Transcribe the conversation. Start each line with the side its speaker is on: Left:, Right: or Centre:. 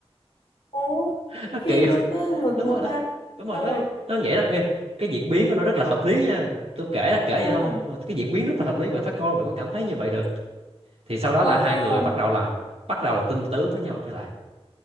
Left: Ồ,
Right: <laughs> nó
Left: phim
Right: kỳ không?
Left: nó cứ ngược
Right: đúng
Left: ngược
Right: rồi đó
Left: ha.
Right: đúng
Left: Ừ,
Right: rồi nó nó vậy đó Ê, cái diễn biến của nó rất là hợp lý nha tôi kể là kể
Left: ừ,
Right: vậy thôi nhưng mà cái diễn biến rất là hợp lý bạn phải coi bạn mới cảm thấy như vậy được thì sau đó
Left: ờ,
Right: là hai người bắt đầu là bắt đầu là tình tứ với nhau trở lại